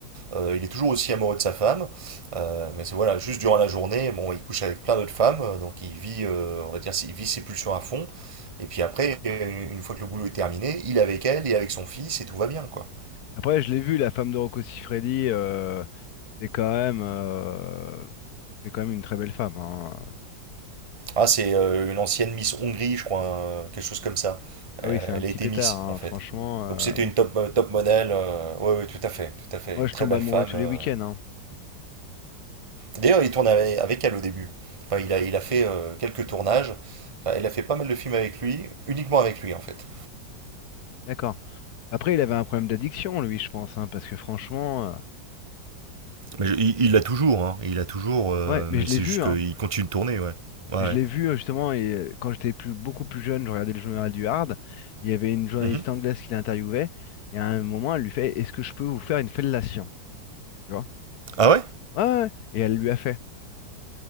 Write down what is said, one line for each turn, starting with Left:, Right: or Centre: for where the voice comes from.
Right: Euh, il est toujours aussi amoureux de sa femme. Euh, mais c'est voilà, juste durant la journée, bon, il couche avec plein d'autres femmes. euh, Donc, il vit, euh, on va dire, il vit ses pulsions à fond. Et puis après, une fois que le boulot est terminé, il est avec elle, il est avec son fils et tout va bien, quoi.
Left: Après, je l'ai vu, la femme de Rocco Siffredi, euh, c'est quand même, euh, c'est quand même une très belle femme. hein.
Right: Ah, c'est euh, une ancienne Miss Hongrie, je crois, hein, quelque chose comme ça.
Left: Ah
Right: Euh,
Left: oui, c'est un
Right: elle
Left: petit
Right: a été
Left: pétard,
Right: Miss,
Left: hein,
Right: en fait.
Left: Franchement,
Right: Donc
Left: euh,
Right: c'était
Left: m-
Right: une top, euh, top modèle. euh, ouais, ouais, tout à fait, tout à fait.
Left: moi,
Right: Une
Left: je
Right: très
Left: tombe
Right: belle
Left: amoureux
Right: femme.
Left: tous
Right: euh.
Left: les week-ends. hein.
Right: D'ailleurs, il tourne avec, avec elle au début. Enfin, il a, il a fait euh, quelques tournages. Enfin, elle a fait pas mal de films avec lui, uniquement avec lui, en fait.
Left: D'accord. Après, il avait un problème d'addiction, lui, je pense, hein, parce que franchement, euh,
Right: Mais je- il il l'a toujours, hein. Il l'a toujours, euh,
Left: ouais, mais
Right: mais
Left: je
Right: c'est
Left: l'ai vu,
Right: juste
Left: hein.
Right: qu'il continue de tourner, ouais. Ouais,
Left: Je
Right: ouais.
Left: l'ai vu euh, justement, et euh, quand j'étais plus, beaucoup plus jeune, je regardais le journal du Hard. Il y avait une journaliste
Right: Mhm.
Left: anglaise qui l'interviewait, et à un moment, elle lui fait, Est-ce que je peux vous faire une fellation? Tu vois?
Right: Ah ouais?
Left: Ouais, ouais. ouais, Et elle lui a fait.